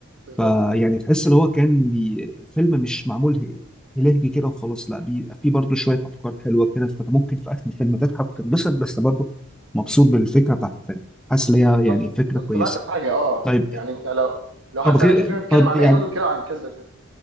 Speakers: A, on the right; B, in the centre.
A: بالظبط
B: فيعني تحس اللي هو كان بي... الفيلم مش معمول ه- هلهجي كده وخلاص لا بيبقى فيه برضه شوية أفكار حلوة كده فأنت ممكن في آخر الفيلم تضحك وتتبسط بس برضه مبسوط بالفكرة بتاعت الفيلم حاسس إن هي
A: بالظبط
B: يعني فكرة كويسة
A: طلعت بحاجه اه
B: طيب
A: يعني انت لو لو حد
B: طب
A: سالك
B: غير
A: الفيلم بيتكلم
B: طب
A: عن
B: يعني
A: ايه تقول له بيتكلم عن كذا كذا